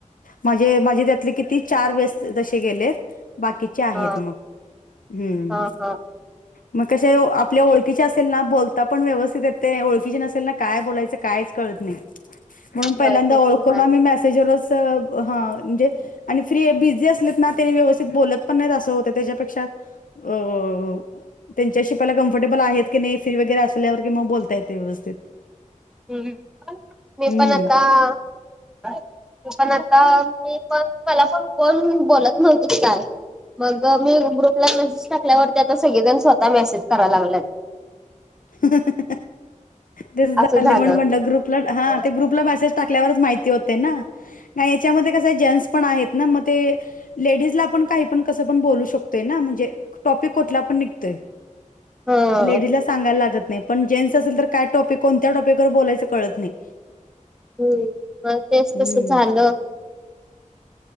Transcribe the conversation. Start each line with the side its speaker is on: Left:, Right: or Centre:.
Left: माझे माझे त्यांतले किती चार वेस्ट तसेंच गेलेत बांकी- चे आहेतं
Centre: हा
Left: मंग हम्मं
Centre: हा हा.
Left: मंग कसे आपल्या ओळखीचे असेल नां बोलतां पणं व्यवस्थित येते ओळखीचे नसेल नां कायं बोलायचं कायचं कळतं नाहीं म्हणूंन पहिल्यांदा
Centre: होय ते
Left: ओळखूंन
Centre: पण
Left: करूंन
Centre: हाय
Left: आम्हीं मेसेज वरचं हां म्हणजे आणि फ्री बिझी असलेत नां त्यांनी व्यवस्थित बोलतं पणं नाहीत असं होतं त्यांच्यापेक्षा अं अं अं त्यांच्याशी पहिल कम्फर्टेबल आहेतं की नाहीं फ्री वगैरें असल्यांवर कि मंग बोलतां येते व्यवस्थित
Centre: हम्मं मी
Left: हम्म
Centre: पणं आंता ते पणं आंता मी पणं मलां पणं कोणं बोलतं म्हणूंन नव्हती कायं मंग मी ग्रुपलां मेसेज टाकल्यांवरती आंता सगळेजण स्वंतः मेसेज करायंला लागलेत
Left: हं ते झाले
Centre: असं झालं.
Left: म्हणूंन म्हटलं ग्रुपलां हां
Centre: हा
Left: ते ग्रुपलां मेसेज टाकल्यांवरच माहिती होते नां नांय यांच्यामध्ये कसं जेटन्स पणं आहेत नां मंग ते लेडीजला आपणं कांहीं पणं कसं बोलूं शकतोय नां म्हणजे टॉपिक कुंठला पणं निघतोय
Centre: हा
Left: लेडीजलां सांगायला लागतं नाहीं पणं जेंट्स असेल तरं कायं टॉपिक कोणत्यां टॉपिकवर बोलायचं कळतं नाहीं
Centre: हम्मं मंग तेचं
Left: हम्म
Centre: कसं झालं